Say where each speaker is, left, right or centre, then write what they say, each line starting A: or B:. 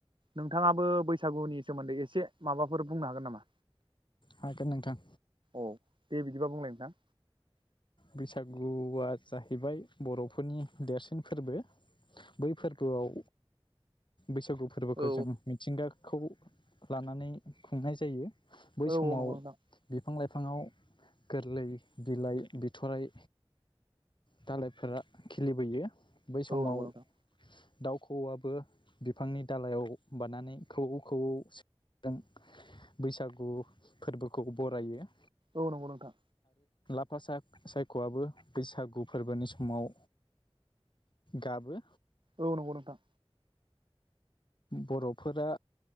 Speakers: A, on the right; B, on the left.
A: नोंथाङाबो बैसागुनि सोमोन्दै एसे माबाफोर बुंनो हागोन नामा?
B: हागोन नोंथां।
A: औ दे बिदिबा बुंलाय नोंथां।
B: बैसागुआ जाहैबाय बर'फोरनि देरसिन फोरबो बै फोरबोआव बैसागु फोरबोखौ
A: औ
B: जों मिथिंगा खौ लानानै खुंनाय जायो। बै
A: औ
B: समाव
A: औ नंगौ नोंथां
B: बे फां लाइफांङाव गोरलै बिलाइ बि थ'राय दालायफोरा खिलिबोयो। बै समाव
A: औ नंगौ नोंथां
B: दाउ खौवौआबो बिफांनि दालायाव बानानै खौवौ खौवौ सोदोबजों बैसागु फोरबोखौ बरायो।
A: औ नंगौ नोंथां।
B: फासाख सायख'आबो बैसागु फोरबोनि समाव गाबो।
A: औ नोंगौ नोंथां।
B: बर'फोरा